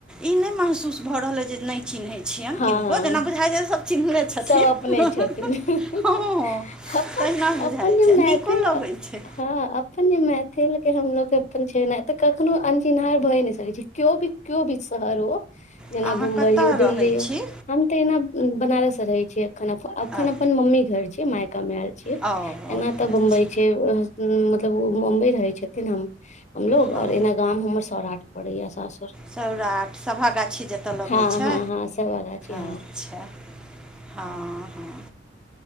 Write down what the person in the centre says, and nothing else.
ई नै महसूस भऽ रहल अइ जे नै चिन्हैत छियैन
किनको जेना बुझइ जे सब चिन्हले छथिन
हँ,
हँ।
तहिना बुझाय
छैय आ
नीको लगै छैय।
अहाँ
कतऽ
रहै
छी
अऽ
ओ
अच्छा
हँ
सौराठ सभा गाछी जतऽ लगै
छै।
अच्छा
हँ, हँ